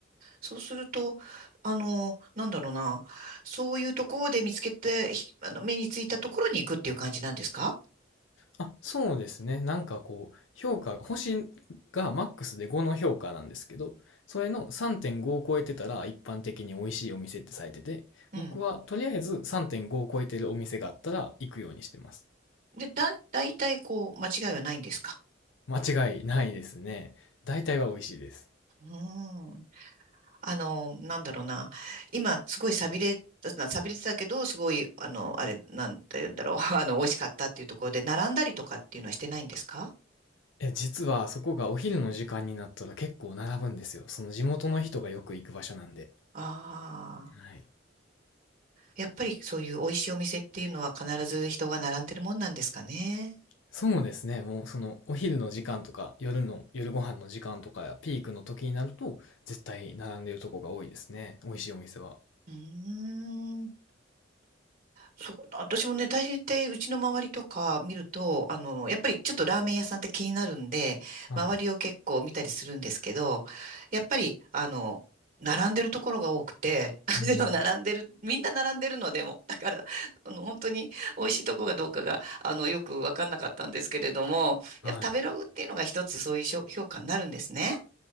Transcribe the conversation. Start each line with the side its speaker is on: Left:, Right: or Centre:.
Right: そうすると、あの、なんだろうな。そういうところで見つけて、ひあの、目についたところに行くっていう感じなんですか
Left: あ、そうですね。なんかこう、評価、星がマックスで5の評価なんですけど、それの3.5を超えてたら一般的に美味しいお店ってされてて、
Right: うん。
Left: 僕はとりあえず3.5を超えてるお店があったら行くようにしてます。
Right: で、だ、だいたいこう、間違いはないんですか
Left: 間違いないですね。大体は美味しいです。
Right: うーん。あの、なんだろうな。今、すごい寂れた、寂れてたけど、すごい、あの、あれ、なんて言うんだろう。<laughs> あの、美味しかったっていうところで、並んだりとかっていうのはしてないんですか
Left: え、実はそこがお昼の時間になったら結構並ぶんですよ。その地元の人がよく行く場所なんで。
Right: ああ
Left: はい。
Right: ー。やっぱりそういう美味しいお店っていうのは必ず人が並んでるもんなんですかね。
Left: そうですね。もうそのお昼の時間とか夜の夜ご飯の時間とかピークの時になると絶対並んでるとこが多いですね。美味しいお店は。
Right: うーん。そう、私もね、大抵うちの周りとか見ると、あの、やっぱりちょっとラーメン屋さんって気になるんで、
Left: はい。
Right: 周りを結構見たりするんですけど、やっぱり、あの、並んでるところが多くて、<laughs>
Left: うん。
Right: でも並んでる、みんな並んでるのでも、だから、あの、本当に美味しいとこがどうかが、あの、よくわかんなかったんですけれども、
Left: はい。
Right: やっぱ食べログっていうのが一つそういう評評価になるんですね。